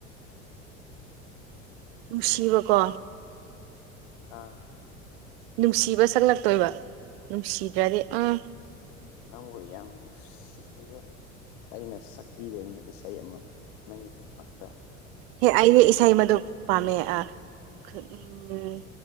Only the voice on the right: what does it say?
ꯅꯨꯡꯁꯤꯕꯀꯣ
ꯅꯨꯡꯁꯤꯕ ꯁꯛꯂꯛꯇꯣꯏꯕ ꯅꯨꯡꯁꯤꯗ꯭ꯔꯗꯤ ꯑꯥ
ꯍꯦ ꯑꯩ ꯏꯁꯩ ꯃꯗꯣ ꯄꯥꯝꯃꯦ <unintelligible>